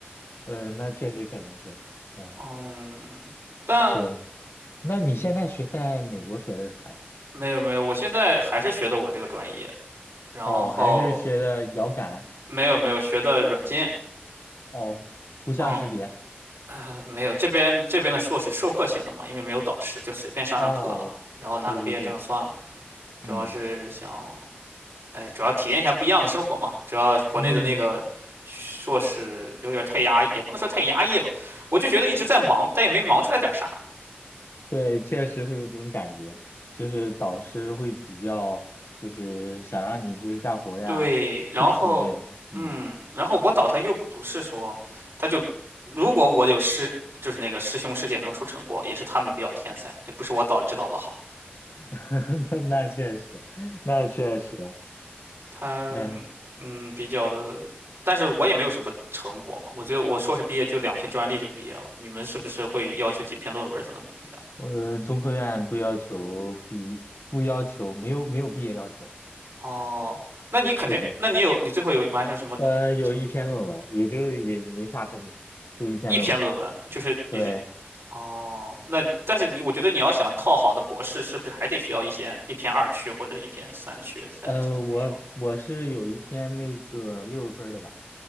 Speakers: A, on the left; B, on the right.
A: 嗯，那确实可能是，嗯，
B: 嗯，但
A: 对。那你现在学在美国学的是啥呀？
B: 没有没有，我现在还是学的我这个专业，然后
A: 哦，还是学的遥感。
B: 没有没有学的软件，
A: 哦，图像识别。
B: 嗯，呃没有这边这边的硕士授课型的嘛，因为没有导师，就随便上上课啊，
A: 哦，
B: 然后拿个毕业证算了。
A: 对对对，
B: 主要是想，
A: 嗯
B: 哎，主要体验一下不一样的生活嘛。主要国内的那个
A: 嗯，
B: 硕士有点太压抑，也不能说太压抑吧，我就觉得一直在忙，但也没忙出来点啥。
A: 对，确实会有这种感觉，就是导师会比较，就是想让你就是干活儿呀，
B: 对，然后嗯，
A: 复习那种。嗯，
B: 然后我导他又不是说，他就如果我有师，就是那个师兄师姐能出成果，也是他们比较天才，也不是我导指导的好。
A: <laughs> 那那确实，那确实，
B: 他
A: 哎，
B: 嗯比较的，但是我也没有什么成果嘛，我只有我硕士毕业就两篇专利就毕业了，你们是不是会要求几篇论文才能毕业啊
A: 我中科院不要求毕，不要求没有没有毕业要求。
B: 哦，那你肯定，
A: 对，
B: 那你有你最后有完成什么？
A: 呃，有一篇论文，
B: 成？
A: 也就是也没啥成果，就一篇论文。
B: 一篇论文，就是一
A: 对。
B: 哦，那但是你我觉得你要想套好的博士，是不是还得需要一些一篇二区或者是一篇三区才才才要？
A: 呃，我我是有一篇那个六分儿的吧，